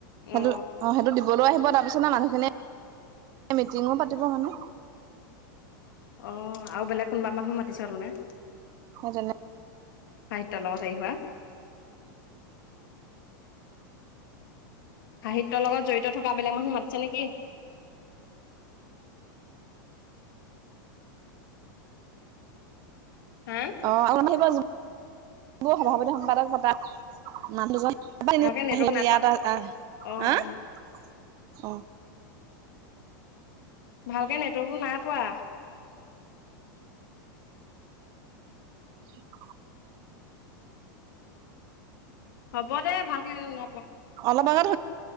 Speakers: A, on the right; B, on the left.
A: সেইটো
B: অ
A: অ' সেইটো দিবলৈ আহিব তাৰপিছতে মানুহখিনি মিটিঙো পাতিব মানে।
B: অ' আৰু বেলেগ কোনোবা মানুহ মাতিছ আৰু মানে।
A: সৌ জানে
B: সাহিত্যৰ লগত হেৰি হোৱা। সাহিত্যৰ লগত জড়িত থকা বেলেগ মানুহ মাতিছে নেকি? হা
A: অ আৰু <unintelligible> সব সভাপতি সম্পাদক পতা মানুহ দুজন ত এ
B: ভালকে নেটৱৰ্ক
A: সিহত
B: নাই
A: ইয়াত
B: পোৱা
A: আহ
B: অ
A: হ
B: অ
A: অ <unintelligible>
B: ভালকৈ নেটৱৰ্কটো নাই পোৱা।
A: <unintelligible>
B: হ'ব দে ভালকে যদি নাইপোৱা।
A: অলপ আগত